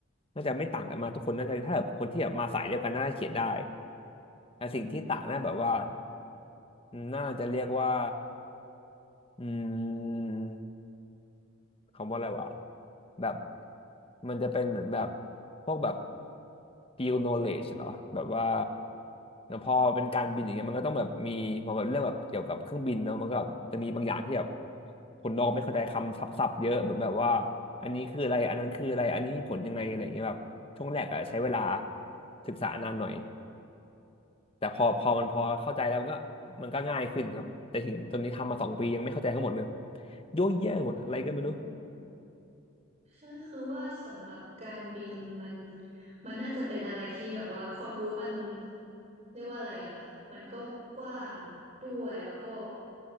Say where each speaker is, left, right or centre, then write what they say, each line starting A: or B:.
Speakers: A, on the left; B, on the right.
A: น่าจะไม่ต่างกันมากทุกคนน่าจะถ้าแบบคนที่แบบมาสายเดียวกันน่าจะเขียนได้แต่สิ่งที่ต่างน่าแบบว่า
B: อืม
A: น่าจะเรียกว่าอืม คำว่าอะไรวะแบบมันจะเป็นเหมือนแบบพวกแบบ field knowledge เหรอแบบว่าพอเป็นการบินอย่างเงี้ยมันก็ต้องแบบมีพอแบบเรื่องแบบเกี่ยวกับเครื่องบินเนาะมันก็แบบจะมีบางอย่างที่แบบคนนอกไม่เข้าใจคำศัพท์ๆเยอะเหมือนแบบว่าอันนี้คืออะไรอันนั้นคืออะไรอันนี้มีผลยังไงอะไรอย่างเงี้ยแบบช่วงแรกอะใช้เวลาศึกษานานหน่อยแต่พอพอมันพอเข้าใจแล้วมันก็มันก็ง่ายขึ้นครับแต่ถึงตอนนี้ทำมาสองปียังไม่เข้าใจทั้งหมดเลย
B: อ๋อ
A: โยเยอะหมดอะไรก็ไม่รู้
B: อ๋อใช่คือว่าสำหรับการบินมันมันน่าจะเป็นอะไรที่แบบว่าความรู้มันเรียกว่าอะไรอ่ะมันก็กว้างด้วยแล้วก็